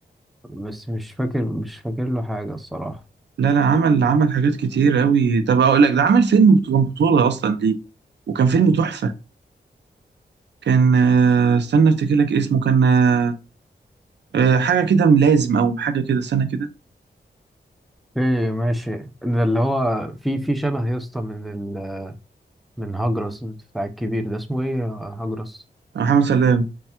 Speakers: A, in the centre; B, on the right (about 85°).
A: بس مش فاكر مش فاكر له حاجة الصراحة
B: لا لا عمل عمل حاجات كتير قوي طب اقول لك ده عمل فيلم بطولة بطولة اصلا ليه وكان فيلم تحفة كان آه، استنى افتكر لك اسمه كان آه، آه، حاجة كده ملازم او حاجة كده استنى كده
A: ايه ماشي ده اللي هو في في شبه يا اسطى من ال من هجرس بتاع الكبير ده اسمه ايه هجرس
B: محمد سلام